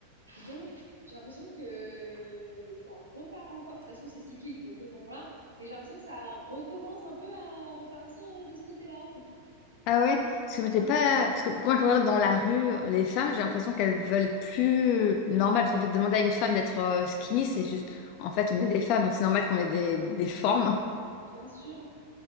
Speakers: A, on the right; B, on the left.
A: Donc j'ai l'impression que ça repart encore de toute façon, c'est cyclique, donc euh, bon, voilà, mais j'ai l'impression que ça recommence un peu à repartir, euh, de ce côté-là.
B: Ah ouais, parce que c'est
A: Ouais,
B: pas parce que quand je regarde dans la rue les femmes, j'ai l'impression qu'elles veulent plus normal parce qu'en fait demander à une femme d'être euh, skinny, c'est juste en fait on est des femmes donc c'est normal qu'on ait des, des formes
A: bien sûr.